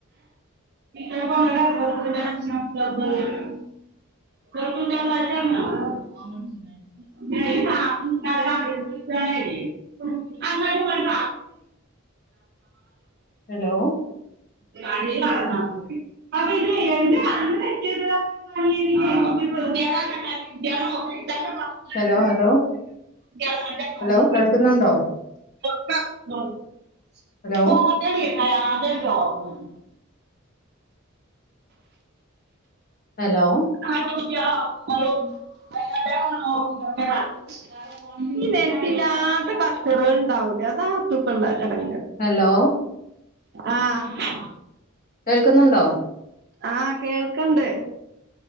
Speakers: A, on the right; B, on the left.
A: <unintelligible> <inaudible> <unintelligible> അങ്ങോട്ടും ഒരു
B: ഹലോ
A: <unintelligible> <unintelligible> <unintelligible> തന്നെ പറഞ്ഞിട്ടുണ്ടല്ലേ
B: ഹലോ ഹലോ
A: കുട്ടികളെ നോക്കി
B: ഹലോ കേൾക്കുന്നുണ്ടോ
A: <unintelligible>
B: ഹലോ
A: <unintelligible>
B: ഹലോ
A: <unintelligible> <unintelligible> <unintelligible> നെനക്കില്ലാത്ത കച്ചറ ഉണ്ടാവൂല അതാ നിനക്കിപ്പള്ള ഇടങ്ങേറ്
B: ഹലോ
A: ആഹ്
B: കേൾക്കുന്നുണ്ടോ
A: ആഹ് കേൾക്കണ്ട്